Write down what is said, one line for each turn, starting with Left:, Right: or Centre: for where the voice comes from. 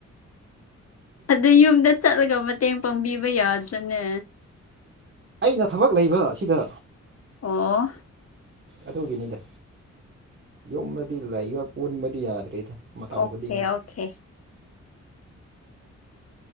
Left: ꯑꯗꯨ ꯌꯨꯝꯗ ꯆꯠꯂꯒ ꯃꯇꯦꯡ ꯄꯥꯡꯕꯤꯕ ꯌꯥꯗ꯭ꯔꯅꯦ
Right: ꯑꯩꯅ ꯊꯕꯛ ꯂꯩꯕ ꯑꯁꯤꯗ
Left: ꯑꯣ
Right: ꯑꯗꯨꯒꯤꯅꯤꯗ ꯌꯨꯝꯗꯗꯤ ꯂꯩꯕ ꯄꯨꯟꯕꯗꯤ ꯌꯥꯗ꯭ꯔꯦꯗ ꯃꯇꯝ
Left: ꯑꯣꯀꯦ
Right: ꯈꯨꯗꯤꯡꯒꯤ
Left: ꯑꯣꯀꯦ